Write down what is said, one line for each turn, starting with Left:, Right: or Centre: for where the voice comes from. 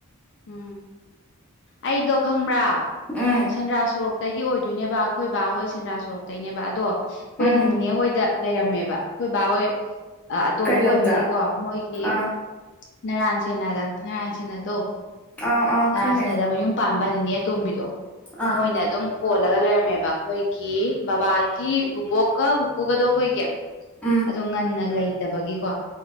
Left: ꯎꯝ ꯑꯩꯗꯣ ꯈꯪꯕ꯭ꯔꯥ
Centre: ꯎꯝ
Left: ꯁꯦꯟꯗ꯭ꯔꯥ ꯁꯣꯔꯣꯛꯇꯩꯗꯤ ꯑꯣꯏꯗꯣꯏꯅꯦꯕ ꯑꯩꯈꯣꯏ ꯕꯥꯍꯣꯏ ꯁꯦꯟꯗ꯭ꯔꯥ ꯁꯣꯔꯣꯛꯇꯩꯅꯦꯕ ꯑꯗꯣ ꯑꯩꯈꯣꯏꯗꯤ
Centre: ꯎꯝ
Left: ꯅꯅꯤꯅꯦ ꯍꯣꯏꯗ ꯂꯩꯔꯝꯃꯦꯕ ꯑꯩꯈꯣꯏ ꯕꯥ ꯍꯣꯏ ꯑꯇꯣꯝꯕ
Centre: ꯀꯩ ꯂꯝꯗ
Left: ꯑꯣꯏꯕꯒꯤꯀꯣ ꯃꯣꯏꯒꯤ
Centre: ꯑꯥ
Left: ꯅꯔꯥꯟ ꯁꯦꯅꯥꯗ ꯅꯔꯥꯟ ꯁꯦꯅꯥꯗꯣ
Centre: ꯑꯥ ꯑꯥ
Left: ꯅꯔꯥꯟ
Centre: ꯈꯪꯉꯦ
Left: ꯁꯦꯅꯥꯗ ꯃꯌꯨꯝ ꯄꯥꯝꯕꯅꯤꯅꯦ ꯑꯇꯣꯝꯕꯤꯗꯣ
Centre: ꯑꯥ
Left: ꯃꯣꯏꯅ ꯑꯗꯨꯝ ꯀꯣꯜꯂꯒ ꯂꯩꯔꯝꯃꯦꯕ ꯑꯩꯈꯣꯏꯒꯤ ꯕꯕꯥꯒꯤ ꯕꯕꯣꯛꯀ ꯄꯨꯄꯨꯒꯗꯣ ꯑꯩꯈꯣꯏꯒꯤ
Centre: ꯎꯝ
Left: ꯑꯗꯣ ꯉꯟꯅ ꯂꯩꯇꯕꯒꯤꯀꯣ